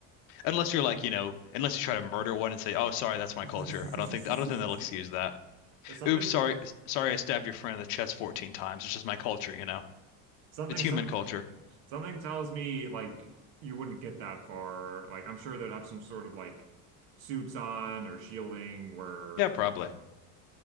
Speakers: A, on the left (about 70°); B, on the right (about 75°).
A: Unless you're like, you know, unless you try to murder one and say, "Oh, sorry, that's my
B: <laughs>
A: culture." I don't think I don't think they'll excuse that.
B: Something,
A: Oops, sorry, sorry, I stabbed your friend in the chest 14 times. It's just my culture, you know.
B: something,
A: It's human
B: some,
A: culture.
B: something tells me like you wouldn't get that far. Like I'm sure they'd have some sort of like suits on or shielding where
A: Yeah, probably.